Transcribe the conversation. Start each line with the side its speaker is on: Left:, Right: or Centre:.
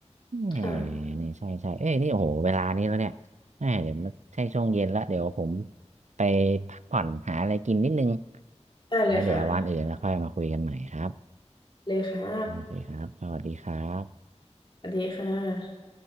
Right: เอ้
Left: ค่ะ
Right: นี่ใช่ใช่เอ้ยนี่โอ้โหเวลานี้แล้วเนี่ยแอมเดี๋ยวมันใช่ช่วงเย็นละเดี๋ยวผมไปพักผ่อนหาอะไรกินนิดนึง
Left: ได้เลยค่ะ
Right: แล้วเดี๋ยววันอื่นแล้วค่อยมาคุยกันใหม่ครับ
Left: เลยค่ะ
Right: โอเคครับสวัสดีครับ
Left: สวัสดีค่ะ